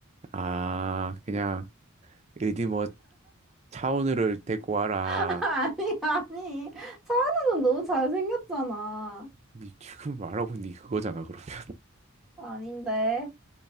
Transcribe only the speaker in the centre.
<laughs> 아니, 아니. 차은우는 너무 잘생겼잖아.
아닌데.